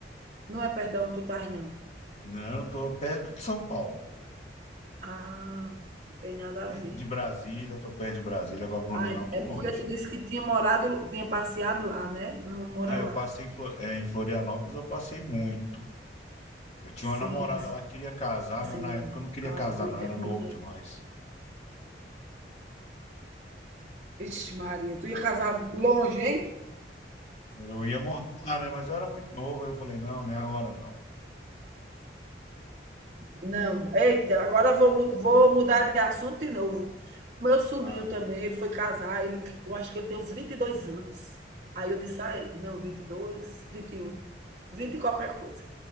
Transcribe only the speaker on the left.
Não, eu tô perto de São Paulo.
Perto
de Brasília, tô perto de Brasília. Agora, Blumenau,
tô
longe.
Não, eu
passei em Flo- eh, em Florianópolis, eu passei muito. Eu tinha
uma namorada lá que queria casar,
mas na época eu não queria
casar,
não. Eu era novo demais.
Eu ia morar, lá, né? Mas eu era muito novo. Aí eu falei, não, não é a hora, não.
Ah,